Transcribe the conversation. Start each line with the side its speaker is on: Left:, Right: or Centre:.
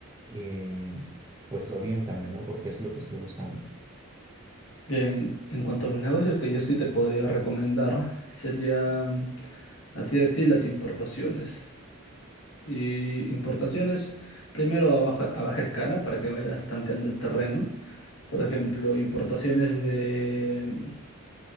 Right: em, pues oriéntame, ¿no? Porque es lo que estoy buscando.
Left: Bien, en cuanto a los negocios que yo sí te podría recomendar, serían, así decir, las importaciones. Y importaciones, primero a baja, a baja escala para que vayas tanteando el terreno. Por ejemplo, importaciones de